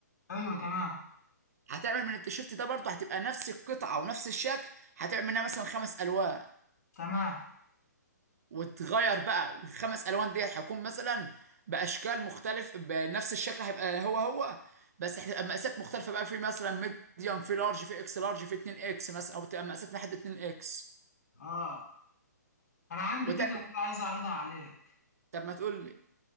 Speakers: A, on the left (about 55°); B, on the right (about 55°).
A: ايوه تمام
B: هتعمل من التيشيرت ده برضه هتبقى نفس القطعه ونفس الشكل هتعمل منها مثلا خمس الوان
A: تمام
B: وتغير بقى الخمس الوان دي هتكون مثلا باشكال مختلف بنفس الشكل هيبقى هو هو بس هتبقى مقاسات مختلفه بقى في مثلا ميديوم في لارج في اكس لارج في 2 اكس مثلا او تبقى مقاسات لحد 2 اكس
A: اه انا عندي
B: وتعمل
A: فكره كده عايز اعرضها عليك
B: طب ما تقول لي